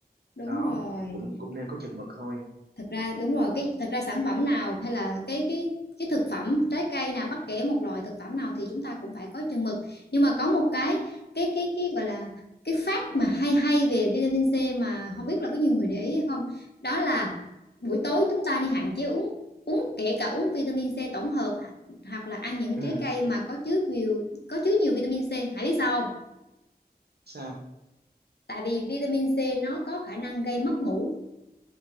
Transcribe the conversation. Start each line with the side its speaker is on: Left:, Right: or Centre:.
Left: đúng
Right: đó
Left: rồi
Right: thì cũng cũng nên có chừng mực thôi
Left: thật ra đúng rồi cái thật ra sản phẩm nào hay là cái cái cái thực phẩm trái cây nào bất kể một loại thực phẩm nào thì chúng ta cũng phải có chừng mực nhưng mà có một cái cái cái cái gọi là cái fact mà hay hay về vitamin C mà không biết là có nhiều người để ý hay không đó là buổi tối chúng ta nên hạn chế uống uống kể cả uống vitamin C tổng hợp hoặc là ăn những
Right: ừ
Left: trái cây mà có chứa nhiều có chứa nhiều vitamin C hãy biết sao không
Right: sao
Left: tại vì vitamin C nó có khả năng gây mất ngủ